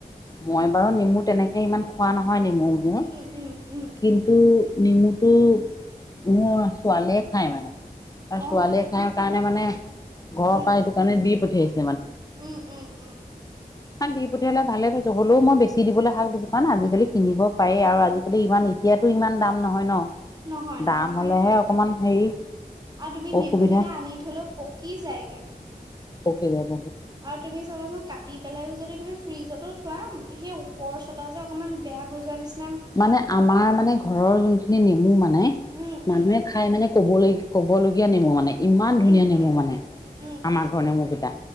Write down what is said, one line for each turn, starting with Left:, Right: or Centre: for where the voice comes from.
Left: মই বাৰু নেমু তেনেকে ইমান খোৱা ন হয় নেমু যে
Right: উম উম উম
Left: কিন্তু, নেমু টো মোৰ ছোৱালীয়ে খাই মানে। তাৰ ছোৱালীয়ে
Right: অ
Left: খাই কাৰণে মানে ঘৰৰ
Right: উম
Left: পা সেইটো কাৰণে দি পঠিয়াইছে।
Right: উম- উম- উম
Left: শাক দি পঠিয়ালে ভালে পাইছোঁ। চ' হ'লেও মই বেছি দিবলৈ শাক দিছো কাৰণ আজিকালি কিনিব পাৰেই আৰু আজিকালি ইমান এতিয়াতো ইমান দাম নহয় ন',।
Right: নহয় নহয়
Left: দাম হলেহে
Right: সেইটোৱে
Left: অকমান হেৰি
Right: আৰু তুমি নেমুকেইটা
Left: অসুবিধা
Right: আনি থলেও পকি যায়গে।
Left: পকি যাব
Right: আৰু তুমি চাবাচোন কাটি পেলাইও যদি তুমি, ফ্ৰিজতো থোৱা সেই ওপৰৰ চতা যে অকমান বেয়া হৈ যোৱা নিচি
Left: মানে আমাৰ মানে ঘৰৰ যোনখিনি নেমু মানে
Right: উম
Left: মানুহে
Right: উম
Left: খাই মানে ক'বলৈ- ক'বলগীয়া নেমু মানে। ইমান ধুনীয়া
Right: উম
Left: নেমু
Right: উম
Left: মানে
Right: উম
Left: আমাৰ
Right: উম
Left: ঘৰৰ
Right: উম
Left: নেমুকেইটা